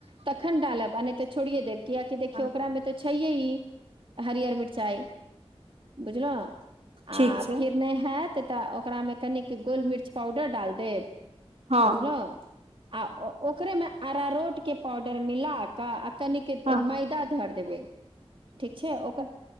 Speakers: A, on the right; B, on the right.
A: तखन डालब आ नहि तऽ छोड़िये देब कियकि देखियौ
B: ह
A: ओकरामे तऽ छैहे ही हरिियर मिरचाइ बुझलों
B: ठीक
A: आ
B: छै
A: फिेर नहि हाएत तऽ ओकरा मे कनिक गोल मिर्च पाउडर डाल देब
B: हँ
A: बुझलहूँ आ ओकरेमे आरारोट के पाउडर मिला कऽ आ कनिक
B: हँ
A: मैदा धरि देबै ठीक छै ओकर